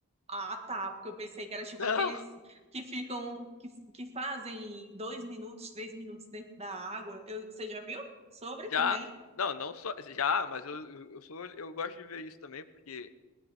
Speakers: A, on the right (about 30°); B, on the left (about 70°).
A: Ah, tá, porque eu pensei que era tipo
B: Não!
A: aqueles que ficam, que, que fazem dois minutos, três minutos dentro da água. Eu, você já viu sobre
B: Já.
A: também?
B: Não, não só. Já, mas eu, eu, eu sou, eu gosto de ver isso também, porque